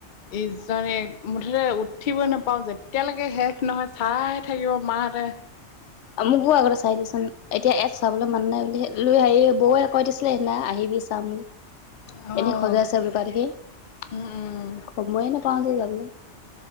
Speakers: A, on the left; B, on the left.
A: ইজনে মুঠতে উঠিবই নাপাও যেতিয়ালেকে শেষ নহয় চাই থাকিব মাহঁতে।
B: মোকো আগতে চাই দেচোন এতিয়া ইয়াত চাবলে মানুহ নাই বুলিহে। উম, হেৰি বৌয়ে কৈ দিছিলে সেইদিনা আহিবি চাম
A: অ'
B: এনেই খজাই আছে দেখি
A: উম উম
B: সময়ে নাপাও যে যাবলে।